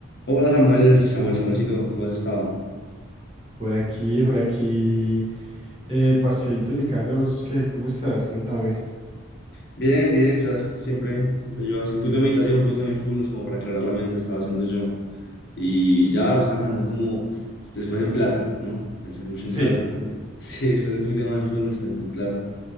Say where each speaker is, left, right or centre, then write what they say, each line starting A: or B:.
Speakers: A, on the left; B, on the right.
A: Hola Samuel, Samuel, Samuelcito, ¿cómo has estado?
B: Por aquí, por aquí, eh, parceíto en mi casa, ¿vos qué? ¿Cómo estás? Contame.
A: Bien, bien, o siempre, siempre yo hace un poquito de meditación, un poquito de mindfulness como para aclarar la mente, estaba haciendo yo. Y ya pues, estaba hablando como pues, después en plata, ¿no? Pensé mucho en
B: Sí.
A: plata. <laughs>
B: Mm.
A: Sí, después de un poquito de mindfulness pensé en plata.